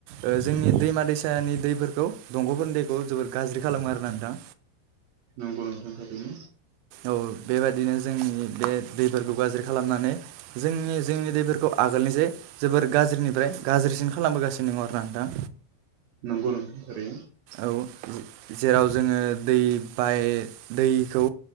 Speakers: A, on the right; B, on the right.
A: ओ जोंनि दैमा दैसानि दैफोरखौ दंग'फोरनि दैखौ जोबोर गाज्रि खालामो आरोना नोंथां।
B: नंगौ नोंथां थारैनो।
A: औ बेबायदिनो जोंनि बे दैफोरखौ गाज्रि खालामनानै जोंनि जोंनि दैफोरखौ आगोलनि जे जोबोर गाज्रिनिफ्राय गाज्रिसिन खालामबोगासिनो दङ आरो ना नोंथां।
B: नंगौ नोंथां थारैनो
A: औ जेराव जोङो दै बाय दैखौ